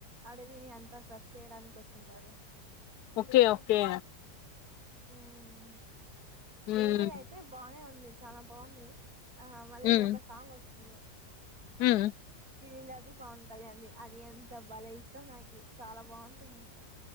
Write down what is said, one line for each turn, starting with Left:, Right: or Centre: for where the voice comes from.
Right: అడవిని అంతా స్రచ్ చేయడానికి వచ్చింటారు.
Left: ఓకే ఓకే
Right: మ్మ్
Left: ఉమ్
Right: మూవీ అయితే బానే ఉంది చాలా బాగుంది. ఆ మళ్ళీ
Left: ఉమ్
Right: ఒక సాంగ్ వస్తుంది.
Left: ఉమ్
Right: తిలాది పవన్ కళ్యాణ్ది అది ఎంత బాలే ఇష్టం నాకి, చాలా బాగుంటుంది.